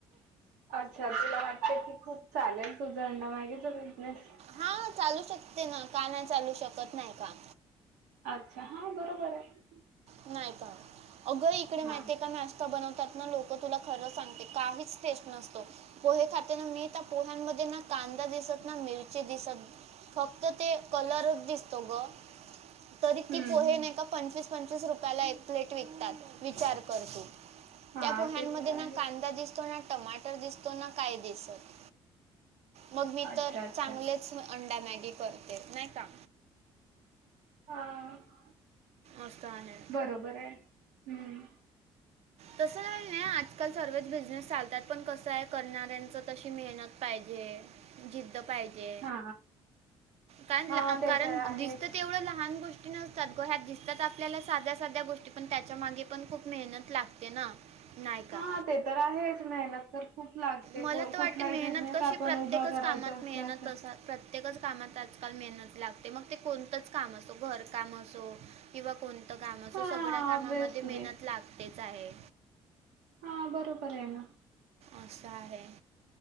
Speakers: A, on the right (about 90°); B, on the right (about 60°).
A: अच्छा तुला वाटत कि खूप चालेल तुझं अंडा मॅगीचा बिझनेस?
B: हा चालू शकते ना, का नाही चालू शकत नाही का?
A: अच्छा हा बरोबर आहे..
B: नाही पण अगं इकडे माहित
A: हा
B: आहे का नाशिक मध्ये बनवतात ना लोक तुला खरं सांगते काहीच टेस्ट नसतो पोहे खाते ना मी त्या पोह्यांमध्ये ना कांदा दिसत ना मिरची दिसत फक्त ते कलरच दिसतो ग. तरी
A: हम्म
B: ती पोहे
A: हम्म
B: ना एका पंचवीस पंचवीस रुपयाला एक प्लेट विकतात.. विचार कर तू
A: हा
B: त्या पोह्यांमध्ये
A: ते तर आहे.
B: ना कांदा दिसतो ना टमाट दिसतो ना काय दिसत मग मी
A: अच्छा
B: तर
A: अच्छा
B: चांगलेच अंडा मॅगी करते नाही का??
A: हा..
B: आस आहे..
A: बरोबर आहे.. हम्म..
B: तसं काही नाही आजकाल सर्वच बिझनेस चालतात पण कसं आहे करणाऱ्यांच तशी मेहनत पाहिजे. जिद्द पाहिजे
A: हा
B: कारण
A: हा ते
B: कारण
A: तर आहेच.
B: दिसत ते एवढं लहान गोष्ट तात ग ह्या दिसतात आपल्या साध्या साध्या गोष्टी पण त्या त्याच्या मागे पण खूप मेहनत लागते ना.. नाही का
A: हा ते तर आहेच मेहनत तर खूप लागते
B: मला
A: कुठलाही
B: तर वाटते मेहनत
A: बिझनेस
B: कशी
A: आपण
B: प्रत्येकच
A: उभा करायचा
B: कामात
A: असला
B: मेहनत
A: तर
B: असा प्रत प्रत्येकच कामात आजकाल मेहनत लागते मग ते कोणतंच काम असो घरकाम असो, किंवा कोणतं काम असं
A: हा
B: सगळ्या कामामध्ये
A: ऑब्विसली
B: मेहनत लागतेच आहे.
A: हा बरोबर आहे ना,
B: आसा आहे.